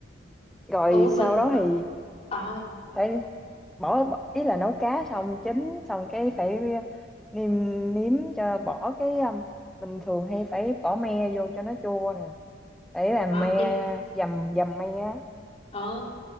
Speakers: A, in the centre; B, on the left (about 35°).
A: Rồi
B: ủa bình
A: sau đó thì
B: ờ
A: phải bỏ bỏ- ý là nấu cá xong chín xong cái phải ờ, nêm nếm cho bỏ cái um, mình thường hay phải bỏ me vô cho nó chua nè phải làm
B: ờ
A: me dầm dầm me á
B: ờ